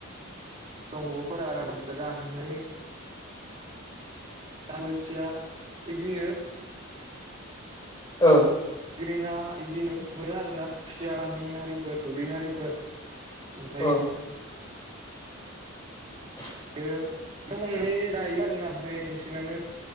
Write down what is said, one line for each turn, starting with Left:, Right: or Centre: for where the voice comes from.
Right: दंग'फोरा रानहाय दाबोथिया बिदिनो
Left: <inaudible>
Right: गेना बिदिनो मोनो आरो ना खुसियाामि हारिफोर थुरि हारिफोर ओम
Left: औ <inaudible>
Right: बेयो हमनाय जायो आरो ना ओमफ्राय नोंसिनानो